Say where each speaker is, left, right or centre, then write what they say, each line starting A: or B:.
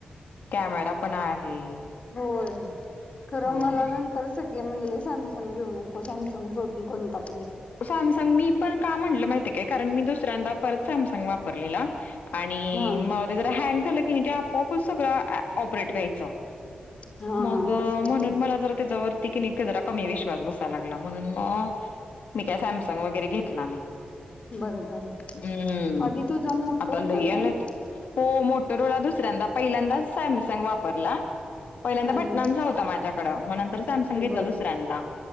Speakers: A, on the left; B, on the left.
A: कॅमेरा पण आहे.
B: होय खरं
A: होय.
B: मला नंतरच. म्हण सॅमसंग घेऊ नको सॅमसंग सोडून कोणताही
A: सॅमसंग मी पण का म्हणलं माहिती काय कारण मी दुसऱ्यांदा परत सॅमसंग वापरलेला आणि आणि
B: हा
A: मधी ते जरा हँग झालं की आपोआपच सगळं ऑपरेट व्यायचं.
B: हा
A: मग
B: तस होत
A: म्हणून मला जरा त्याच्यावरती कणी जरा कमी विश्वास बसाय लागलय म्हणून मग मी काय सॅमसंग वगैरे घेतला नाय.
B: बरं झालं
A: हम्म
B: आधी तुझा मोठा
A: आता
B: होता
A: लय याल्यात
B: ना एक
A: हो मोटोरोला दुसऱ्यांदा पहिल्यांदाच सॅमसंग वापरला. पहिल्यांदा
B: त्यानंतर
A: बटणाचा होता माझ्याकडं. मग नंतर सॅमसंग घेतला
B: बरं
A: दुसऱ्यांदा